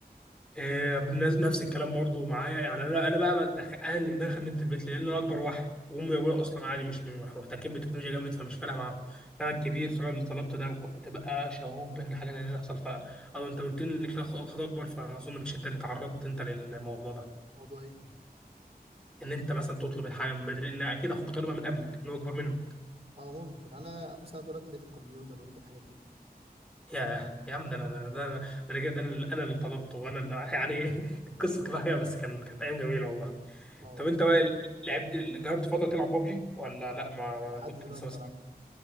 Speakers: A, in the centre; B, on the right (about 40°).
A: إيه بنفس- نفس الكلام برضو معايا يعني انا انا بقى بدخ- انا اللي مدخل نت البيت لان انا اكبر واحد وامي وابويا اصلا عادي مش م- مش محتكين بالتكنولوجيا جامد فمش فارقه معاهم انا الكبير فانا اللي طلبت ده وكنت بقى شغوف بان حاجه زي دي تحصل ف او انت قلت لي انك لا خ- اخت اكبر فاظن مش انت اللي تعرضت انت للموضوع ده
B: موضوع إيه؟
A: ان انت مثلا تطلب الحاجه من بدري لان اكيد اخوك طالبها من قبلك ان هو اكبر منك
B: اه ممكن انا بص انا طول الوقت لقيت الكمبيوتر ولقيت الحاجات دي
A: يا يا عم ده انا ده انا ده انا ده انا اللي أنا اللي طلبته وانا اللي يعني <laughs> القصه كفايه بس كان كانت ايام جميله والله
B: اه والله
A: طب انت بقى لعبت جربت فتره تلعب بابجي ولا لا ما
B: لحد
A: كنت
B: دلوقتي
A: لسه مثلا
B: بلعبها